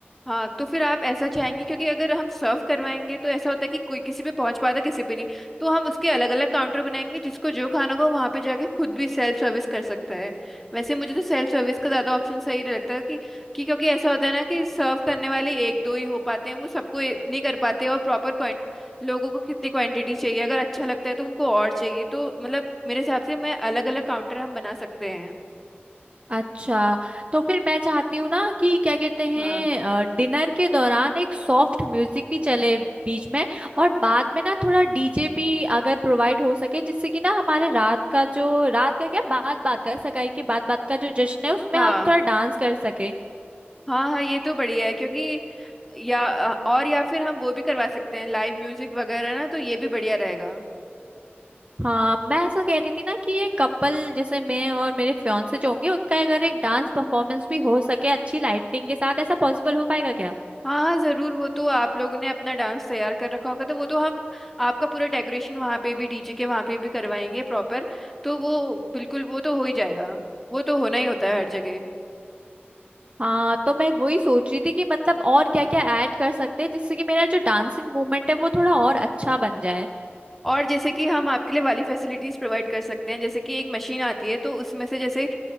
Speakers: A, in the centre; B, on the right (about 30°).
A: हाँ तो फिर आप ऐसा चाहेंगे क्योंकि अगर हम सर्व करवाएंगे तो ऐसा होता है कि कोई किसी पे पहुंच पाता किसी पे नहीं तो हम उसके अलग अलग काउंटर बनाएंगे जिसको जो खाना हो वहां पे जाके खुद भी सेल्फ सर्विस कर सकता है वैसे मुझे तो सेल्फ सर्विस का ज्यादा ऑप्शन सही लगता है कि, कि क्योंकि ऐसा होता है ना कि सर्व करने वाले एक दो ही हो पाते हैं वो सबको ए- नहीं कर पाते और प्रॉपर क्वांट लोगों को कितनी क्वांटिटी चाहिए अगर अच्छा लगता है तो उनको और चाहिए तो मतलब मेरे हिसाब से मैं अलग अलग काउंटर हम बना सकते हैं
B: अच्छा तो फिर मैं चाहती हूँ ना कि क्या कहते हैं
A: हाँ
B: डिनर के दौरान एक सॉफ्ट म्यूजिक भी चले बीच में और बाद में ना थोड़ा डीजे भी अगर प्रोवाइड हो सके जिससे कि ना हमारे रात का जो रात का क्या बात बात का सगाई के बाद बात का जो जश्न है उसमें
A: हाँ
B: हम थोड़ा डांस कर सके
A: हाँ हाँ ये तो बढ़िया है क्योंकि या और या फिर हम वो भी करवा सकते हैं लाइव म्यूजिक वगैरह ना तो ये भी बढ़िया रहेगा
B: हाँ मैं ऐसा कह रही थी ना कि ये कपल जैसे मैं और मेरे फियांसे जो होंगे उनका अगर एक डांस परफॉर्मेंस भी हो सके अच्छी लाइटिंग के साथ ऐसा पॉसिबल हो पाएगा क्या
A: हाँ हाँ जरूर वो तो आप लोगों ने अपना डांस तैयार कर रखा होगा तो वो तो हम आपका पूरा डेकोरेशन वहाँ पे भी डीजे के वहाँ पे भी करवाएंगे प्रॉपर तो वो बिल्कुल वो तो हो ही जाएगा वो तो होना ही होता है हर जगह
B: हाँ तो मैं वही सोच रही थी कि मतलब और क्या क्या ऐड कर सकते हैं जिससे कि मेरा जो डांसिंग मूवमेंट है वो थोड़ा और अच्छा बन जाए
A: और जैसे कि हम आपके लिए वाली फैसिलिटीज प्रोवाइड कर सकते हैं जैसे कि एक मशीन आती है तो उसमें से जैसे